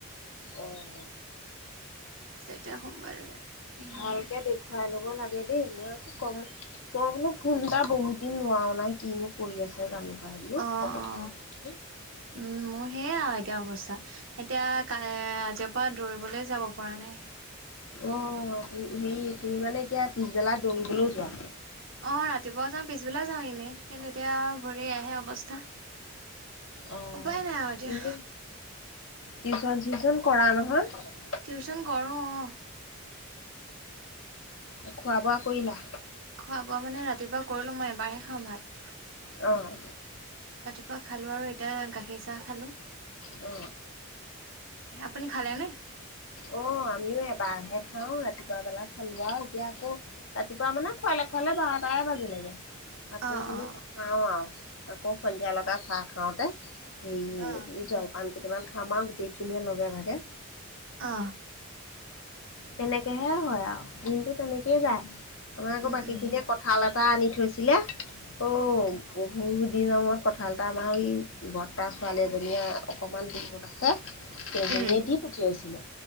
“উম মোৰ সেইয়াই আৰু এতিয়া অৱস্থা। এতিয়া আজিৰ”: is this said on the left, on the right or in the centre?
Right